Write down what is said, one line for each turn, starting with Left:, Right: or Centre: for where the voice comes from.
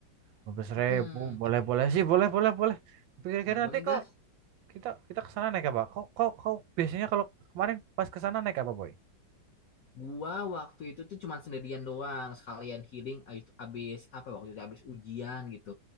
Right: Lima belas
Left: Mm-mm.
Right: ribu boleh boleh sih boleh boleh boleh. Tapi kira-kira
Left: Boleh, boleh,
Right: nanti
Left: gas.
Right: kok kita kita ke sana naik apa? Kok kok kau biasanya kalau kemarin pas ke sana naik apa boy?
Left: Gua waktu itu tuh cuman sendirian doang, sekalian healing abis, abis apa waktu itu abis ujian gitu.